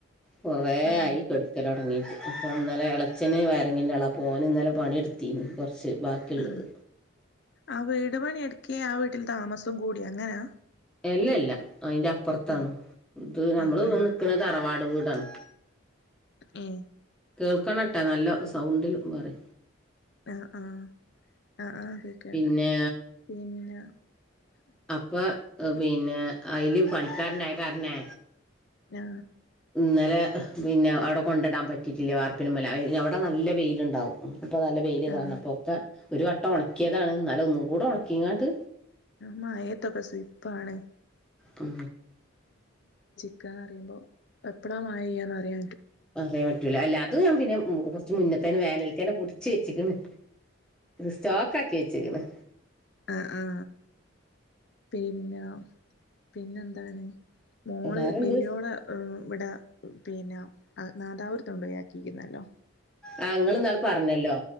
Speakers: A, in the centre; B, on the left.
A: കൊറേ
B: ആഹ്
A: ആയി കെട്ക്കലൊ ങ്ങീട്ട് അപ്പോ ഇന്നലെ ഇളച്ചന് വയറിങ്ങിന്റെ ആളാ അപ്പോനിന്നലെ പണിട്ത്തിനി കൊറ ച്ച് ബാക്കിള്ളത്
B: ആഹ് ആ വീട് പണി എടുക്കേ ആ വീട്ടിൽ താമസം കൂടി അങ്ങനാ
A: അല്ലല്ല അയിന്റെ അപ്പൊറത്താണ്
B: ഏഹ്
A: ഇത് നമ്മള്
B: ആഹ് ആഹ്
A: നിക്ക്ണത് തറവാട് വീടാണ്
B: ഉം
A: കേൾക്കണട്ടാ നല്ല സൗണ്ടിൽ പറെ
B: ആ ആ ആ ആ കേക്കണ്ട്
A: പിന്നെ
B: പിന്നെ
A: അപ്പൊ പിന്നെ അയില് പണിക്കാരുണ്ടായ കാരണേ
B: ആ
A: ഇന്നലെ പിന്നെ അവിടെ കൊണ്ടിടാൻ പറ്റിയിട്ടില്ല വാർപ്പി മ്മല് അവിടെ നല്ല വെയിലുണ്ടാവും അപ്പൊ നല്ല വെയിയില്
B: ആഹ്
A: കാണണം അപ്പൊ ഒക്കെ ഒരു വട്ടം ഉണക്കിയതാണ് എന്നാലും ഒന്നും കൂടെ ഉണക്കിങ്ങാണ്ട്
B: മയേത്തോക്കെ സുയിപ്പാണ്
A: ആ
B: <unintelligible> റിമ്പോ എപ്പളാ മഴ പെയ്യാന്നറിയ
A: പറയാൻ പറ്റൂല്ല അല്ല അത് ഞാൻ പിന്നെ കൊറച്ച് മുന്നേ അയ്ന് വേനൽക്കനെ പൊടിച്ച് വെച്ചക്കണ് സ്റ്റോക്ക് ആക്കി വെച്ചിക്കണ്
B: ആ ആ പിന്നെ പിന്നെ എന്താണ് മോള്
A: വേറെ എന്ത്
B: വല്യോള ഇവിടെ പിന്നെ നാദാപുര കൊണ്ടാക്കിയിരിക്കുന്നല്ലോ
A: ആ ഇങ്ങള് ഇന്നാള് പറഞ്ഞല്ലോ